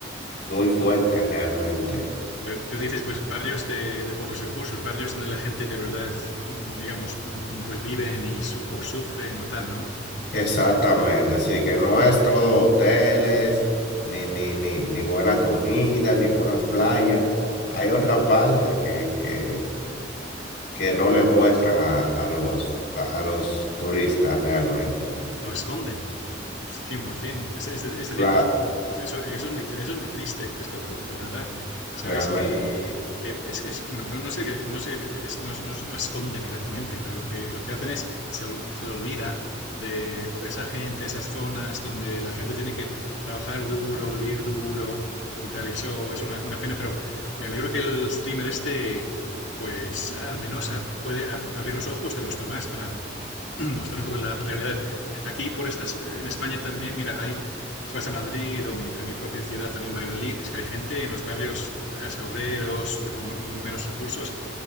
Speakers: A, on the left; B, on the left.
A: muy fuertes realmente.
B: Pero tú dices, pues barrios de, de pocos recursos, barrios donde la gente de verdad, mm, digamos, mm, pues viven y su- o sufren o tal, ¿no?
A: Exactamente, sí, que no
B: Mm,
A: es todo hoteles, ni, ni, ni, ni buena comida, ni buenas playas. Hay otra parte que, que, que no le muestran a, a los, a, a los turistas realmente.
B: Lo esconden. 100%. Es, es, es decir,
A: La,
B: pues pues, eso, eso, es muy, eso es muy triste, Christopher, de, de verdad. Sabes
A: realmente.
B: que, que es, es- bueno, no, no sé, qué- no, sé es- no, no- no esconden exactamente, pero lo que, lo que hacen es, se, ol- se le olvida de esa gente, esas zonas donde la gente tiene que trabajar duro, vivir duro y tal, y eso es una, una pena, pero me alegro que el streamer este, pues al menos a- puede ab- abrir los ojos de los demás para <clears throat> mostrar un poco la realidad. Aquí, por estas, eh, en España también, mira, hay, si vas a Madrid o mi, en mi propia ciudad también, Valladolid, es que hay gente en los barrios, hace obreros, de m- menos recursos,